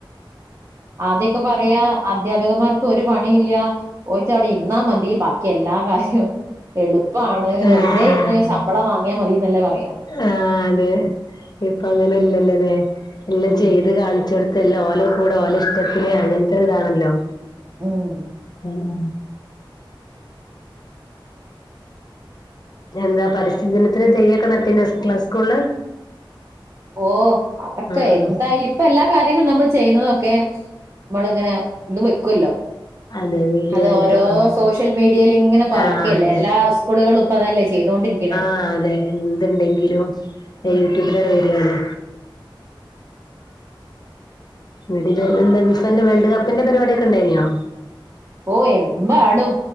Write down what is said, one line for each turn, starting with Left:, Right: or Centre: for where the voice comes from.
Right: ആദ്യ ഒക്കെ പറയാ അധ്യാപകന്മാർക്ക് ഒരു പണിയും ഇല്ല പോയിട്ട് അവിടെ ഇരുന്നാ മതി ക്ക് എല്ലാ കാര്യവും എളുപ്പമാണ്
Left: ആഹ്
Right: വെറുതെ ഇരുന്ന് ശമ്പളം വാങ്ങിയ മതിന്നല്ലേ പറയാ
Left: ആഹ് അതെ ഇപ്പ അങ്ങനെ ഇല്ലല്ലല്ലേ എല്ലാം
Right: ഉം
Left: ചെയ്ത് കാണിച്ചടു ഇല്ല ഓലെ കൂടെ ഓലെ ഇഷ്ടത്തിന് അങ്ങൻത്തെ ഇതാണല്ലോ
Right: ഉം
Left: ഉം എന്താ പരിസ്ഥി ദിനത്തിന് തെയ്യൊക്കെ നട്ടീനോ ക്ലാ സ്കൂളില്
Right: ഓ അതൊക്കെ
Left: ഉം
Right: എന്താല്
Left: ഉം
Right: ഇപ്പൊ എല്ലാ കാര്യങ്ങളും നമ്മൾ ചെയ്യുന്നതൊക്കെ നമ്മളിങ്ങനെ ഇത് വെക്കല്ലോ
Left: അതെ വീഡിയോ
Right: അത്
Left: ആയിട്ട്
Right: ഓരോ
Left: വേണം
Right: സോ സോഷ്യൽ മീഡിയയിൽ ഇങ്ങനെ പറക്കുകല്ല
Left: ആഹ് അതെ
Right: എല്ലാ സ്കൂളുകളും ഇപ്പ അതല്ലേ ചെയ്തുകൊണ്ടിരിക്കണേ
Left: ആ അതെ എന്തുണ്ടെങ്കിലും
Right: ഉം
Left: യൂട്യൂബിലട് വരാണ് വടി എന്താ വിഫന്റെ വേൾഡ് കപ്പിന്റെ പരിപാടിയൊക്കെ ഉണ്ടായിനോ
Right: ഓ എമ്പാടും